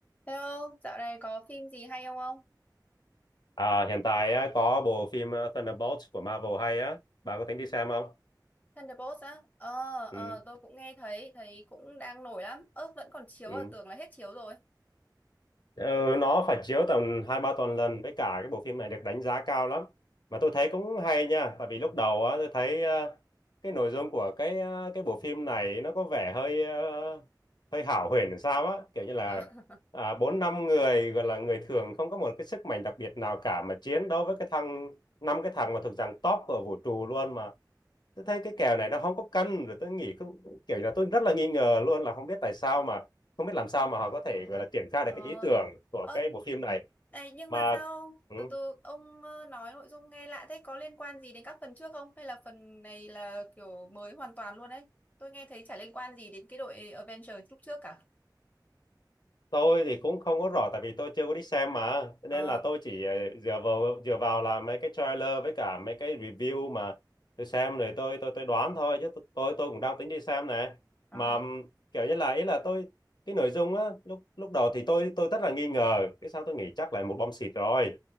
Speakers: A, on the left; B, on the left.
A: Thế ông, dạo này có phim gì hay không không?
B: À, hiện tại á, có bộ phim ờ, Thunderbolts của Marvel hay á, bà có tính đi xem không?
A: Thunderbolts á? Ờ,
B: Ừ,
A: ờ, tôi cũng nghe thấy, thấy cũng đang nổi lắm. Ơ, vẫn còn chiếu
B: ừ.
A: à, tưởng là hết chiếu rồi.
B: Ờ, nó phải chiếu tầm hai ba tuần lần với cả cái bộ phim này được đánh giá cao lắm mà tôi thấy cũng hay nha tại vì lúc đầu á tôi thấy ờ, cái nội dung của cái ờ, cái bộ phim này nó có vẻ hơi ờ, hơi hão huyền làm sao á kiểu như là
A: Ờ. <laughs>
B: à, bốn năm người gọi là người thường không có một cái sức mạnh đặc biệt nào cả mà chiến đấu với cái thằng năm cái thằng mà thuộc dạng top của vũ trụ luôn mà tôi thấy cái kèo này nó không có cân rồi tôi nghĩ cũng kiểu là tôi rất là nghi ngờ luôn là không biết tại sao mà không biết làm sao mà họ có thể gọi là triển khai được
A: Ờ,
B: cái ý tưởng của
A: ờ,
B: cái bộ phim này
A: này, nhưng
B: mà
A: mà sao ông?
B: ừ,
A: Từ từ, ông ờ, nói nội dung nghe lạ thế, có liên quan gì đến các phần trước không? Hay là phần này là kiểu mới hoàn toàn luôn đấy? Tôi nghe thấy chả liên quan gì đến cái đội Avengers lúc trước cả.
B: tôi thì cũng không có rõ tại vì tôi chưa có đi xem mà Cho
A: Ờ,
B: nên là tôi chỉ ờ, dựa vào dựa vào là mấy cái trailer với cả mấy cái review mà tôi xem rồi tôi tôi tôi đoán thôi chứ tôi tôi cũng đang tính đi xem này
A: ờ,
B: mà ừm, kiểu như là ý là tôi cái nội dung á lúc lúc đầu thì tôi tôi rất là nghi ngờ cái xong tôi nghĩ chắc là một bom xịt rồi